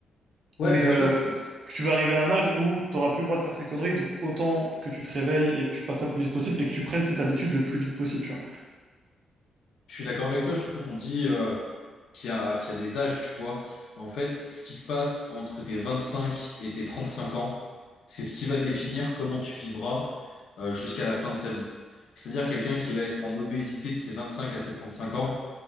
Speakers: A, on the left; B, on the right.
A: Ouais,
B: Mais
A: bien
B: euh,
A: sûr.
B: tu vas arriver à un âge où t'auras plus le droit de faire ces conneries, donc autant que tu te réveilles et que tu fasses ça le plus vite possible et que tu prennes cette habitude le plus vite possible, tu vois.
A: Je suis d'accord avec toi, surtout qu'on dit euh, qu'il y a, qu'il y a des âges, tu vois. En fait, ce qui se passe entre tes 25 et tes 35 ans, c'est ce qui va définir comment tu vivras euh, jusqu'à la fin de ta vie. C'est-à-dire quelqu'un qui va être en obésité de ses 25 à ses 35 ans,